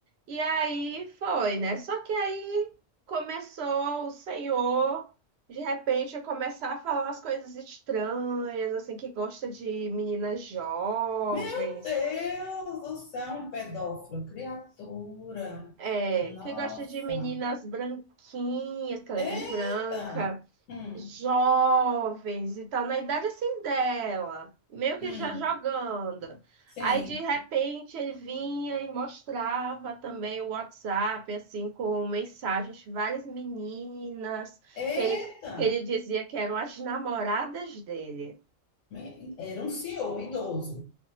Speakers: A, on the right; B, on the left.
A: E aí foi, né? Só que aí começou o senhor, de repente, a começar a falar umas coisas estranhas, assim, que gosta de meninas jovens,
B: Meu Deus do é um pedófilo, criatura.
A: é,
B: Nossa.
A: que gosta de meninas branquinhas, que ela
B: Eita.
A: é bem branca.
B: Hum.
A: jovens e tal, na idade assim dela, meio que
B: Hum.
A: já jogando.
B: Sim.
A: Aí de repente ele vinha e mostrava também o WhatsApp, assim, com mensagens de várias meninas
B: Eita.
A: que ele, que ele dizia que eram as namoradas dele.
B: Me- Era um senhor, um idoso.